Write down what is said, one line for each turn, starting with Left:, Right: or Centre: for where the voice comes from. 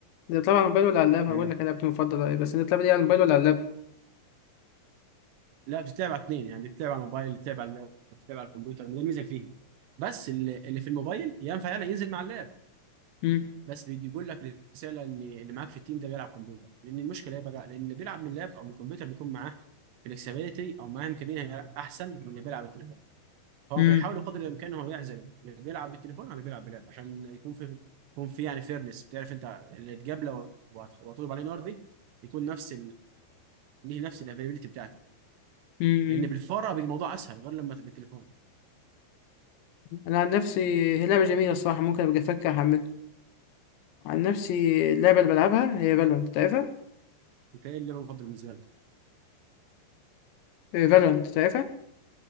Left: انت بتلعب على الموبايل ولا على اللاب هقول
Right: مم.
Left: لك انا لعبتي المفضله ايه بس انت بتلعب دي على الموبايل ولا على اللاب
Right: لا بتتلعب على اتنين يعني بتتلعب على الموبايل بتتلعب على اللاب بتتلعب على الكمبيوتر ما دي الميزه اللي فيه بس اللي, اللي في الموبايل ينفع يلا ينزل مع اللاب
Left: مم.
Right: بس بيجي يقول لك رساله ان اللي معاك في التيم ده بيلعب كمبيوتر لان المشكله ايه بقى لان اللي بيلعب من اللاب او من الكمبيوتر بيكون معاه فلكسبيتي او معاه امكانيه احسن من اللي بيلعب بالتليفون فهو
Left: مم.
Right: بيحاول قدر الامكان هو يعزله اللي بيلعب بالتليفون على اللي بيلعب بلاب عشان يكون في يكون في يعني فيرنس بتعرف انت اللي تجابله وهتغلب عليه نار دي يكون نفس ليه نفس الافيلابيلتي بتاعتك
Left: مم.
Right: لان بالفاره بيجي الموضوع اسهل غير لما تبقى بالتليفون
Left: انا عن نفسي هي لعبه جميله الصراحه ممكن ابقى افكر احملها عن نفسي اللعبه اللي بلعبها هي فالورانت تعرفها
Right: بتلاقي اللعبه المفضل بالنسبه لك
Left: فالورانت تعرفها